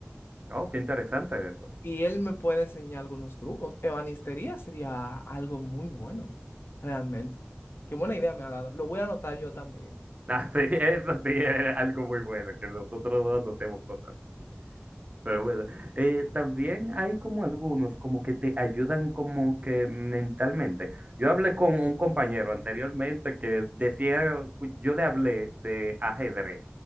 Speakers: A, on the right; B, on the left.
A: Oh, qué interesante eso.
B: y él me puede enseñar algunos trucos. Ebanistería sería algo muy bueno, realmente. Qué buena idea me ha dado. Lo voy a anotar yo también.
A: <laughs> Ah, sí, eso sí es algo muy bueno, que nosotros no anotemos cosas así. Pero bueno, eh, también hay como algunos como que te ayudan como que mentalmente. Yo hablé con un compañero anteriormente que decía, cu- yo le hablé de ajedrez.